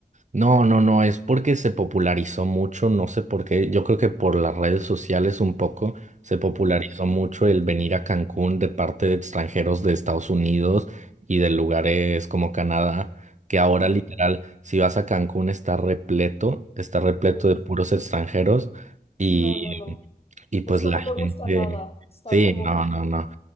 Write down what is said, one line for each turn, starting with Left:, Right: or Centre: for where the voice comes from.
Right: No, no, no, es porque se popularizó mucho, no sé por qué, yo creo que por las redes sociales un poco se popularizó
Left: Ujú.
Right: mucho el venir a Cancún de parte de extranjeros de Estados Unidos y de lugares como Canadá, que ahora
Left: Mm,
Right: literal, si vas a Cancún está repleto, está repleto
Left: pues,
Right: de puros extranjeros y,
Left: no, no, no.
Right: y pues
Left: Esto
Right: la
Left: no
Right: gente,
Left: me gusta nada, estar
Right: sí,
Left: como...
Right: no,
Left: con-
Right: no, no,